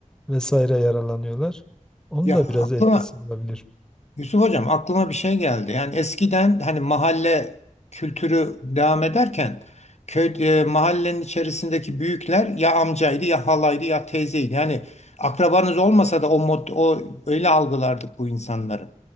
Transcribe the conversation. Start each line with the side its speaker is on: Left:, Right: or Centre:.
Centre: vesaire yararlanıyorlar. Onun
Left: Ya
Centre: da biraz
Left: aklıma
Centre: etkisi olabilir.
Left: Yusuf Hocam aklıma bir şey geldi. Yani eskiden hani mahalle kültürü devam ederken köy e, mahallenin içerisindeki büyükler ya amcaydı ya halaydı ya teyzeydi. Yani akrabanız olmasa da o mod, o öyle algılardık bu insanları.